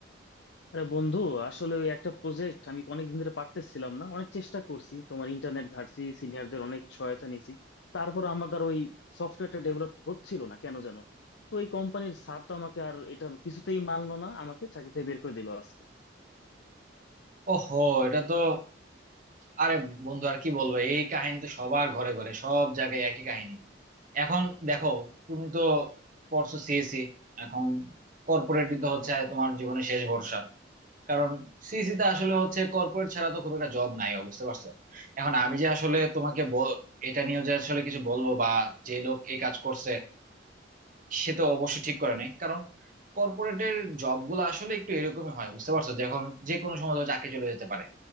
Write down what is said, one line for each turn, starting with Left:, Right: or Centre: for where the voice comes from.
Left: আরে বন্ধু আসলে ওই একটা প্রজেক্ট আমি অনেকদিন ধরে পারতেছিলাম না অনেক চেষ্টা করছি তোমার ইন্টারনেট ঘাটছি সিনিয়রদের অনেক সহায়তা নিয়েছি তারপর আমার দ্বারা ওই সফটওয়্যারটা ডেভেলপ হচ্ছিল না কেন জানো তো এই কোম্পানির স্যার তো আমাকে আর এটা কিছুতেই মানলো না আমাকে চাকরিতে বের করে দিল আজকে
Right: ওহো এটা তো আরে বন্ধু আর কি বলবো এই কাহিনী তো সবার ঘরে ঘরে সব জায়গায় একই কাহিনী এখন দেখো তুমি তো পড়ছো সিএসি এখন কর্পোরেটই তো হচ্ছে তোমার জীবনে শেষ ভরসা কারণ সিইসি তে আসলে হচ্ছে কর্পোরেট ছাড়া তো খুব একটা জব নাই ও, বুঝতে পারছো এখন আমি যে আসলে তোমাকে বল- এটা নিয়ে যে আসলে কিছু বলবো বা যে লোক এই কাজ করছে সে তো অবশ্য ঠিক করে নাই কারণ কর্পোরেটের জব গুলো আসলে একটু এরকমই হয় বুঝতে পারছো যে এখন যে কোনো সময় ধরো চাকরি চলে যেতে পারে